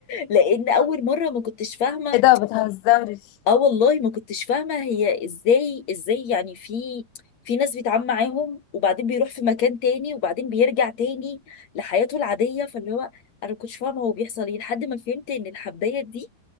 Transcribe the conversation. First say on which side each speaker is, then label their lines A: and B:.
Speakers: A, on the left (about 55°); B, on the left (about 80°).
A: لان اول مره ما كنتش فاهمه
B: ايه ده بتهزرش
A: اه والله ما كنتش فاهمة هي ازاي ازاي يعني في في ناس بيتعامل معاهم وبعدين بيروح في مكان تاني وبعدين بيرجع تاني لحياته العادية فاللي هو انا ما كنتش فاهمة هو بيحصل ايه لحد ما فهمت ان الحباية دي